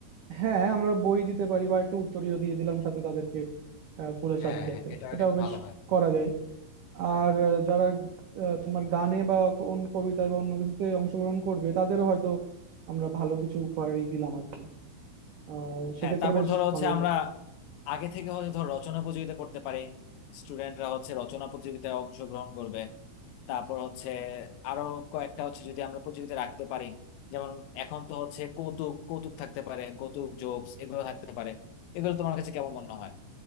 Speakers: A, on the right; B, on the left.
A: হ্যাঁ আমরা বই দিতে পারি বা একটা উত্তরীয় দিয়ে দিলাম সাথে তাদেরকে আহ, ফুলের
B: হ্যাঁ
A: সাথে সাথে
B: হ্যাঁ এটা
A: এটাও
B: কিন্তু
A: বেশ
B: ভালো হয়
A: করা যায় আর আহ, যারা আহ, তোমার গানে বা কোন কবিতায় বা অন্য কিছুতে অংশগ্রহণ করবে তাদেরও হয়তো আমরা ভালো কিছু উপহারই দিলাম আর কি আহ সেক্ষেত্রে
B: হ্যাঁ তারপর
A: বেশ
B: ধরো হচ্ছে
A: ভালোই
B: আমরা
A: হয়
B: আগে থেকে হচ্ছে ধর রচনা প্রতিযোগিতা করতে পারি স্টুডেন্টরা হচ্ছে রচনা প্রতিযোগিতায় অংশগ্রহণ করবে তারপর হচ্ছে আরো কয়েকটা হচ্ছে যদি আমরা প্রতিযোগিতা রাখতে পারি যেমন এখন তো হচ্ছে কৌতুক কৌতুক থাকতে পারে কৌতুক জোকস এগুলো থাকতে পারে এগুলো তোমার কাছে কেমন মনে হয়